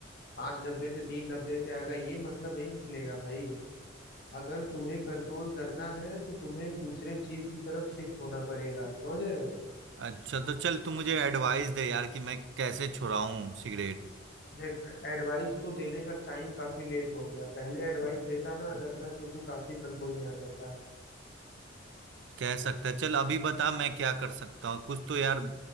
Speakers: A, on the left; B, on the right.
A: पांच डब्बे से तीन डब्बे पे आ गए ये मतलब नहीं निकलेगा भाई अगर तुम्हें कंट्रोल करना है तो तुम्हें दूसरे चीज की तरफ शिफ्ट होना पड़ेगा समझ रहे हो
B: अच्छा तो चल तू मुझे एडवाइस दे यार कि मैं कैसे छुड़ाऊँ सिगरेट
A: देख एडवाइस तो देने का टाइम काफी लेट हो गया पहले एडवाइस देता ना अगर मैं तो तू काफी कंट्रोल में आ जाता
B: कह सकता है चल अभी बता मैं क्या कर सकता हूँ कुछ तो यार